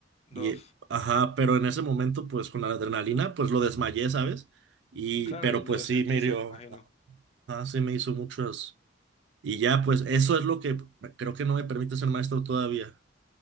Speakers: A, on the left; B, on the right.
A: No,
B: Y, eh, ajá, pero en ese momento, pues con la adrenalina, pues lo desmayé, ¿sabes? Y,
A: claro,
B: pero
A: y ni
B: pues
A: lo
B: sí,
A: sentiste,
B: me hirió.
A: me imagino.
B: Ajá, sí me hizo muchas. Y ya, pues eso es lo que creo que no me permite ser maestro todavía.